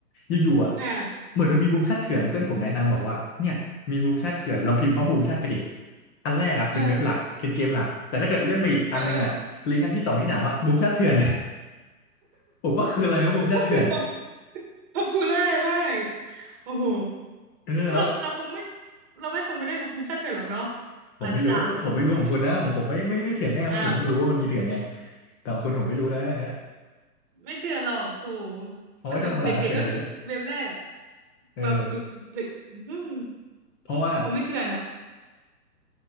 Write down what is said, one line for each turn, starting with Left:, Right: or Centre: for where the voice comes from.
Left: อยู่ๆอ่ะ
Right: อ่า
Left: เหมือนมันมีบูมแชทเถื่อนเพื่อนผมแนะนำบอกว่าเนี่ยมีบูมแชทเถื่อนลองพิมพ์เขาบูมแชทไปดิอันแรกอ่ะเป็นเว็บหลักเป็นเกมหลักแต่ถ้าเกิดเลื่อนมาอีกอันนึงอ่ะลิงก์อันที่สองที่สามอ่ะบูมแชทเถื่อน
Right: เออเออเออ
Left: <laughs> ผมก็คืออะไรวะบูมแชทเถื่อน
Right: ก็คือป๊อปป๊อปปูล่ามากโอ้โห
Left: เออแล้ว
Right: เราเราคงไม่เราไม่คงไปเล่นมุมซ่าเถื่อนหรอกเนาะ
Left: ผมไม่รู้ผมไม่รู้ของคุณนะของผมไม่ไม่ไม่เถื่อนแน่เพราะผมเพิ่งรู้ว่ามันมีเถื่อนไง
Right: อาจจะอ้าว
Left: แต่ของคุณผมไม่รู้นะอันเนี่ย
Right: ไม่เถื่อนหรอกโถ
Left: เพราะว่าช่วงหลังก็เถื่อนเยอะ
Right: แล้วแบบเด็กๆก็คิดเว็บแรกอะ
Left: เออ
Right: แบบแบบเด็กอื้อหือ
Left: เพราะว่า
Right: คงไม่เถื่อนอะ